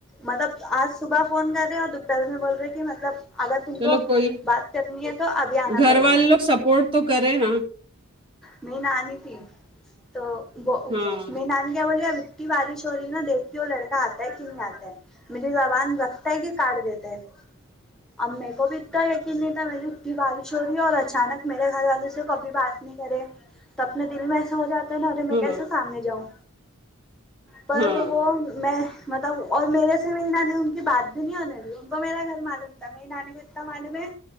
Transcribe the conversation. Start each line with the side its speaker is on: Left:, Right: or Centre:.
Centre: مطلب آج صبح فون کر رہے ہیں اور دوپہر میں بول رہے ہیں کہ مطلب اگر تم
Right: چلو
Centre: کو
Right: کوئی
Centre: بات کرنی ہے تو ابھی آنا
Right: گھر
Centre: پڑے
Right: والے
Centre: گا
Right: لوگ سپورٹ تو کرے نا
Centre: میری نانی تھی تو میری
Right: ہاں
Centre: نانی کیا بولی ابھی بارش ہو رہی نا دیکھتی ہو لڑکا آتا ہے کہ نہیں آتا ہے میری زبان رکھتا ہے کہ کاٹ دیتا ہے اب میرے کو بھی توہ ایک دن کی بارش ہو رہی ہے اور اچانک میں گھر والے سے کبھی بات نہیں کرے تو اپنے دل میں ایسا ہو جاتا ہے ارے میں
Right: ہاں
Centre: کیسے سامنے جاؤں پر
Right: ہاں
Centre: وہ میں مطلب اور میرے سے میں نہ نہیں ان کی بات بھی نہیں ہونے دی ان کو میرا گھر معلوم تھا میری نانی کو اتنا معلوم ہے